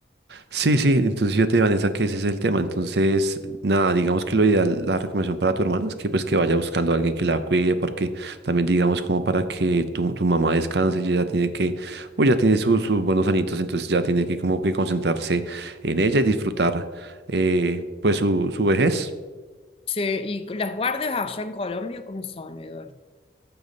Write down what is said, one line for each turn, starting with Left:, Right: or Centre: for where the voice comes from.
Right: Sí, sí, entonces fíjate, Vanessa, que ese es el tema. Entonces, nada, digamos que lo ideal, la recomendación para tu hermana es que pues que vaya buscando a alguien que la cuide, porque también digamos como para que tu, tu mamá descanse, ella ya tiene que, pues ya tiene sus, sus buenos añitos, entonces ya tiene que como que concentrarse en ella y disfrutar eh, pues su, su vejez.
Left: Sí, y las guardias allá en Colombia, ¿cómo son, Eduardo?